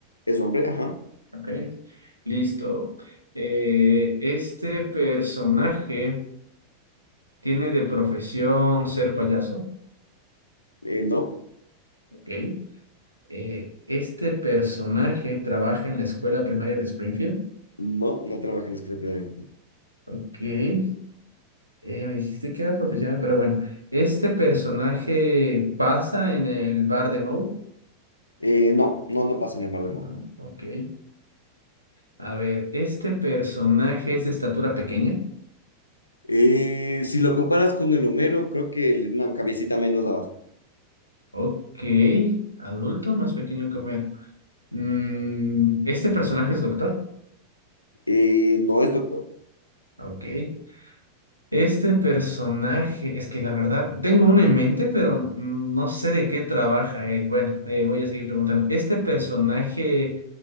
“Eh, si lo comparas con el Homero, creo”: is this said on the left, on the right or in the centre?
Left